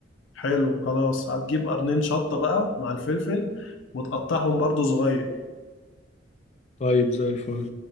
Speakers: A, on the left (about 85°); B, on the left (about 35°).
A: حلو خلاص هتجيب قرنين شطة بقى مع الفلفل وتقطعهم برضو صغير
B: طيب زي الفل